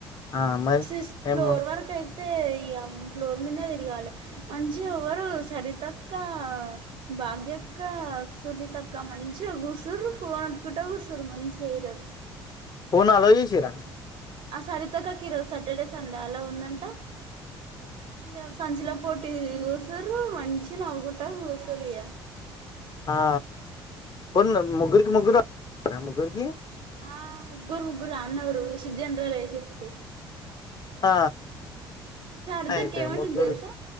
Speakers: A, on the left; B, on the right.
A: ఆ మరి
B: సిస్ ఫ్లోర్
A: ఏమో
B: వర కై తే ఇగా ఫ్లోర్ మీదనే తిరగాలె. మంచిగ ఎవ్వరూ సరితక్కా భాగ్యక్కా, సునీతక్క మంచిగ కూసుర్రు ఫోన్ ఒత్తుకుంట కూసుర్రు మంచిగ ఈ రోజు.
A: ఫోన్ అల్లో చేశిన్రా.
B: ఆ సరితక్కకీ ఈరోజు సాటర్డే, సండే అలవు ఉందంట. ఇగ సంచిలో పొట్టిదిది కూసుర్రూ మంచిగ నవ్వుకుంటా కూసుర్రు ఇంతగా.
A: ఆ ఫోన్ ముగ్గురికి ముగ్గురు <inaudible> ముగ్గురికీ.
B: ఆ ముగ్గురు ముగ్గురు ఆన్నే ఉర్రు షిఫ్ట్ జెనరల్ షిఫ్టు.
A: ఆ
B: సరితక్క
A: అయిపోయారు
B: ఏమంటుంది
A: ముగ్గురు
B: తెల్సా,